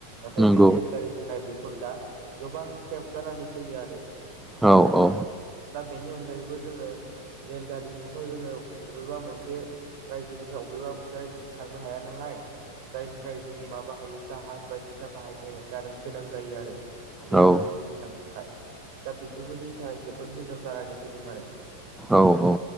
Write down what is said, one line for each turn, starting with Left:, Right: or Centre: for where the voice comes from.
Right: नाथाय
Centre: नंगौ
Right: बे रेलगारिनि थाखाय बेफोर दा गोबां सेफ जानानै फैयो आरो।
Centre: औ औ
Right: दा बेनि अनगायैबो जोङो। रेलगारिजोंफ्राव जोङो अबेबा मोनसे रायजोनिफ्राय अबेबा मोनसे रायजोसिम थांनो हाया नालाय जायनि थाखाय जों मा बाहायो जाहाज बायदिसिना बाहायनायनो गोनां जायो आरो। दैनि
Centre: नंगौ
Right: गेजेरजों थांनो थाखाय दा बेफोरबो जोंनि थाखाय जोबोद मोजां जानानै फैदों आरो
Centre: औ औ